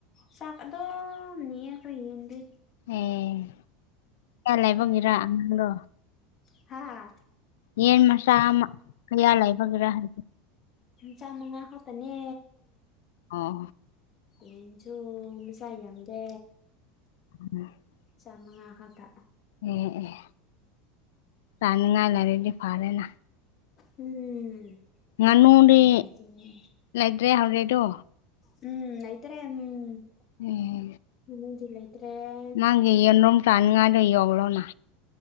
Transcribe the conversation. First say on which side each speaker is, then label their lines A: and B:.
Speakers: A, on the left; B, on the left.
A: ꯆꯥꯛ ꯑꯗꯨꯝ ꯅꯤꯌꯦ ꯑꯈꯣꯏ ꯌꯦꯟꯗꯤ
B: ꯑꯦ ꯀꯌꯥ ꯂꯩꯕꯒꯤꯔꯥ ꯑꯉꯥꯡꯂꯣ
A: ꯍꯥ
B: ꯌꯦꯟ ꯃꯁꯥ ꯑꯃ ꯀꯌꯥ ꯂꯩꯕꯒꯤꯔ ꯍꯥꯏ
A: ꯆꯥ ꯃꯉꯥ ꯈꯛꯇꯅꯦ
B: ꯑꯣ
A: ꯌꯦꯟꯁꯨ ꯃꯆꯥ ꯌꯥꯝꯗꯦ
B: <unintelligible>
A: ꯃꯆꯥ ꯃꯉꯥ ꯈꯛꯇ
B: ꯑꯦ ꯑꯦ ꯇꯥꯅꯤꯡꯉꯥꯏ ꯂꯩꯔꯗꯤ ꯐꯔꯦꯅ
A: ꯎꯝ
B: ꯉꯥꯅꯨꯗꯤ
A: ꯀꯩ ꯂꯩꯇꯦꯅꯦ
B: ꯂꯩꯇ꯭ꯔꯦ ꯍꯧꯖꯤꯛꯇꯣ
A: ꯎꯝ ꯂꯩꯇꯔꯦ ꯎꯝ
B: ꯎꯝ
A: ꯉꯥꯅꯨꯗꯤ ꯂꯩꯇꯔꯦ
B: ꯃꯥꯒꯤ ꯌꯦꯟꯔꯨꯝ ꯇꯟꯅꯤꯡꯉꯥꯏꯗ ꯌꯧꯔꯣꯅ